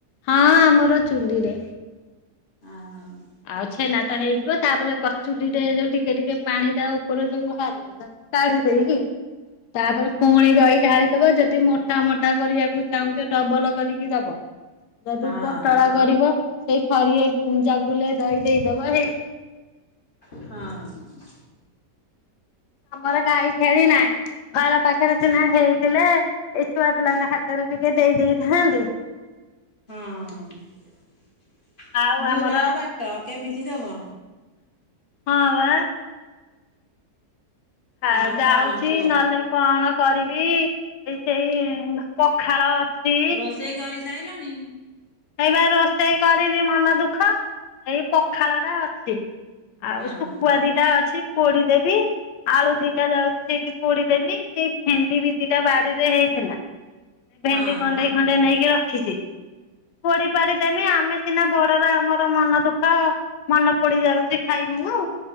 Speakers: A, on the left (about 75°); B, on the left (about 35°).
A: ହଁ ଆମର ଚୁଲିରେ
B: ହଁ
A: ଆଉଛ ନା ହେଇଯିବ ତାପରେ କଚୁଲିରେ ଯୋଉ ଟିକେ ଟିକେ ପାଣି ତା ଉପର ଯୋଉ ବାହାରିବ କାଢି ଦେଇକି ତାପରେ ପୁଣି ରହି ଢାଳିିଦବ ଯଦି ମୋଟା ମୋଟା କରିବାକୁ ଚାହୁଁଛ ଡବଲ କରିକି ଦବ ଯଦି
B: ହଁ
A: ପତଳା କରିବ ସେଇ ଥରିଏ ଜାଗୁଲେ ଦେଇ ଦେଇଦବ ହେ
B: ହଁ
A: ଆମର ଗାଈ ଛେଳି ନାହିଁ ଘର ପାଖରେ ସିନା ହେଇଥିଲେ ଏ ଛୁଆ ପିଲାଙ୍କ ହାତରେ ଟିକେ ଦେଇ ଦେଇେଥାନ୍ତି
B: ହଁ
A: ଆଉ
B: ଦୂର
A: ଆମର
B: ବାଟ କେମିତି ଦବ
A: ହଁ ବା ହ
B: ଆଉ
A: ଯାଉଛି
B: କଣ କୁହ?
A: ନହେଲେ କଣ କରିବି ଏଇ ସେଇ ପଖାଳ ଅଛି
B: ରୋଷେଇ କରି ସାଇଲଣି
A: ଏଇ ବା ରୋଷେଇ କରିନି ମନ ଦୁଃଖ ଏଇ ପଖାଳରେ ଅଛି ଆଉ
B: ହଁ
A: ଶୁଖୁଆ ଦିଟା ଅଛି ପୋଡି ଦେବି ଆଳୁ ଦିଟା ଯାଉଛି ସେଇଠି ପୋଡିଦବି ସେଇ ଭେଣ୍ଡି ବି ଦିଟା ବଡିରେ ହେଇଥିଲା ଏ ଭେଣ୍ଡି
B: ହଁ
A: କଣ୍ଡେଇ ଖଣ୍ଡେଇ ନେଇକି ରଖିଛି ପୋଢ ପାଡି ଦେମି ଆମେ ସିନା ବଡର ଆମର ମନ ଦୁଃଖ ମନେ ପଡି ଯାଉଛି ଖାଇବୁନ